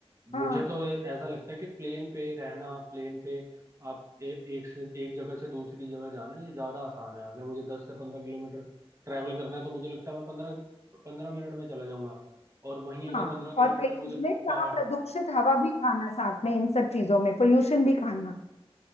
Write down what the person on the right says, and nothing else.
मुझे तो ऐसा लगता है कि प्लेन पे रहना प्लेन पे आप ए, एक से एक जगह से दूसरी जगह जाना ये ज्यादा आसान है अगर मुझे दस से पंद्रह किलोमीटर ट्रैवल करना है तो मुझे लगता है मैं पंद्रह पंद्रह मिनट में चला जाऊंगा और वहीं अगर
पंद्रह किलोमीटर
मुझे
पहाड़